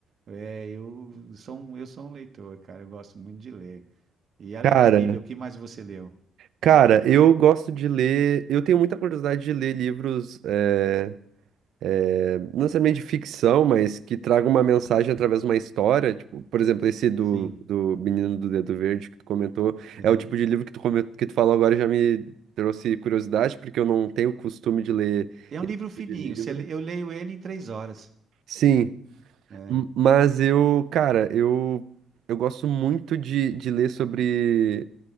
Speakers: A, on the right (about 55°); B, on the right (about 75°).
A: é, eu sou um, eu sou um leitor, cara. Eu gosto muito de ler. E além
B: Cara,
A: da Bíblia, o que mais você leu?
B: cara, eu gosto de ler. Eu tenho muita curiosidade de ler livros, é, é, não necessariamente de ficção, mas que tragam uma mensagem através de uma história. Tipo, por exemplo, esse do,
A: Sim.
B: do Menino do Dedo Verde que tu comentou.
A: uhum.
B: É o tipo de livro que tu, comen- que tu falou agora e já me trouxe curiosidade, porque eu não tenho o costume de ler
A: É um
B: esse
A: livro fininho.
B: tipo de livro.
A: você le- eu leio ele em três horas.
B: Sim,
A: É,
B: m- mas eu, cara, eu, eu gosto muito de, de ler sobre.